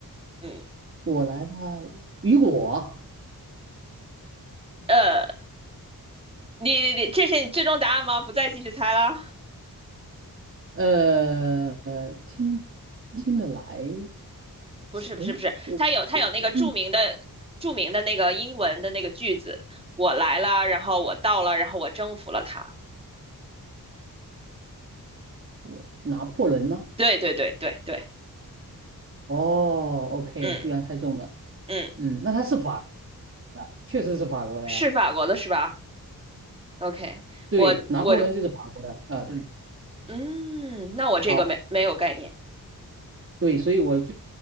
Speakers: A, on the right; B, on the right.
A: 嗯。
B: 我来了。雨果，
A: 呃。你你你，这是你最终答案吗？不再继续猜了？
B: 呃呃，轻轻的来，
A: 不是不是不是，
B: 哎，我我我，
A: 它有它有那个著名的著名的那个英文的那个句子，我来了，然后我到了，然后我征服了它。
B: 我拿破仑吗？
A: 对对对对对，
B: 哦，OK，
A: 嗯
B: 居然猜中了。
A: 嗯，
B: 嗯，那他是法国的，确实是法国的嘞。
A: 是法国的是吧？OK，
B: 对，
A: 我我
B: 拿破仑就是法国的啊、对，
A: 嗯，那我这个没没有概念
B: 好，对，所以我最